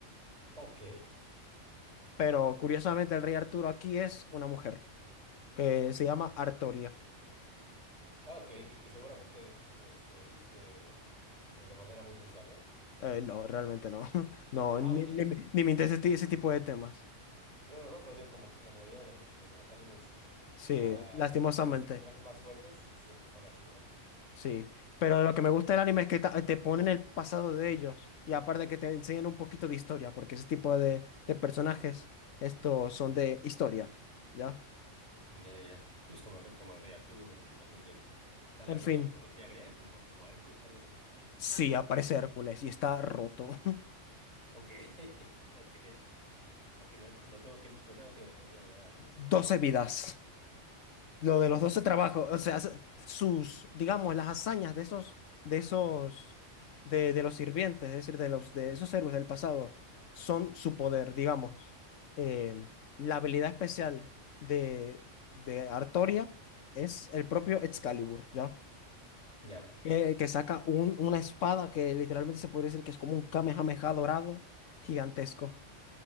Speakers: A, on the right; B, on the left.
A: Ok.
B: Pero curiosamente el rey Arturo aquí es una mujer que se llama Artoria.
A: Ah, ok. Y que seguramente este, viste eh, de manera muy sensual, ¿no?
B: Eh, no, realmente no. <laughs> No,
A: Ah,
B: ni,
A: ok.
B: ni, me ni me interesa este- ese tipo de temas.
A: No, no, no, pero digo, como en la mayoría de los, de los animes,
B: Sí,
A: ah,
B: lastimosamente.
A: incluso los personajes más fuertes se- son así, ¿no?
B: Sí. Pero lo que me gusta del anime es que ta- te ponen el pasado de ellos. Y aparte que te enseñan un poquito de historia, porque ese tipo de, de personajes, estos son de historia. ¿Ya?
A: Ya, ya, ya. Sí, pues como el, re- como el rey Arturo, imagino que s- sale algo
B: En fin.
A: de la mitología griega, como, como Hércules o algo así.
B: Sí, aparece Hércules y está roto. <laughs>
A: Ok, <laughs> ok, ok, la- lo tengo que, lo tengo que ver, lo voy a agregar a mi lista.
B: Doce vidas. Lo de los
A: Osebias.
B: 12 trabajos, o sea, sus, digamos, las hazañas de esos, de esos, de, de los sirvientes, es decir, de los, de esos héroes del pasado, son su poder, digamos. Eh, la habilidad especial de, de Artoria es el propio Excalibur, ¿ya?
A: Ya,
B: Que, que saca un- una espada que literalmente se podría decir que es como un Kamehameha dorado gigantesco.